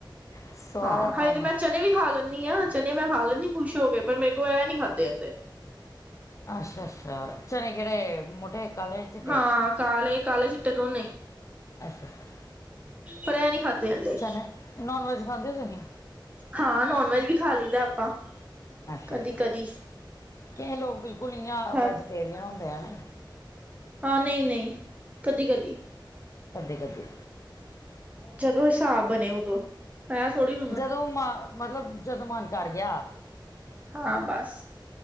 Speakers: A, on the left; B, on the right.
A: ਸਵਾਦ
B: ਹਾਂ
A: ਆ ਆਪਣਾ
B: ਹਜੇ
A: ਆਪਣਾ
B: ਤੇ ਮੈਂ ਚਟ ਚਨੇ ਵੀ ਖਾ ਲੈਂਣੀ ਆ। ਚਨੇ ਮੈਂ ਖਾ ਲੈਨੀ ਖੁਸ਼ ਹੋ ਕੇ ਪਰ ਮੇਰੇ ਕੋ ਐਂ ਨੀ ਖਾਧੇ ਜਾਂਦੇ।
A: ਅੱਛਾ- ਅੱਛਾ ਚਣੇ ਕਿਹੜੇ ਮੋਟੇ ਕਾਲੇ ਚਿੱਟੇ
B: ਹਾਂ ਕਾਲੇ ਕਾਲੇ- ਚਿੱਟੇ ਦੋਨੇ।
A: ਅੱਛਾ- ਅੱਛਾ
B: ਪਰ ਇਹ ਨਹੀਂ ਖਾਧੇ ਜਾਂਦੇ
A: ਚਣੇ ਨੋਨ ਵੈਜ ਖਾਂਦੇ ਹੋ ਤੁਸੀਂ।
B: ਹਾਂ ਨੋਨ ਵੈਜ ਵੀ ਖਾ ਲਈ ਦਾ ਆਪਾਂ।
A: ਅੱਛਾ-
B: ਕਦੀ
A: ਅੱਛਾ
B: ਕਦੀ
A: ਕਈ ਲੋਕ ਬਿਲਕੁਲ ਨੀ ਆ
B: ਹਾਂ
A: ਵੈਜੀਟੇਰੀਅਨ ਹੁੰਦੇ ਆ ਨਾ।
B: ਹਾਂ ਨਹੀਂ- ਨਹੀਂ ਕਦੀ- ਕਦੀ।
A: ਕਦੀ- ਕਦੀ।
B: ਜਦੋਂ ਹਿਸਾਬ ਬਣੇ ਉਦੋਂ। ਪੈ ਥੋੜੀ
A: ਜਦੋਂ ਮ ਮਤਲਬ ਜਦੋਂ ਮਨ ਕਰ ਗਿਆ।
B: ਹਾਂ ਬਸ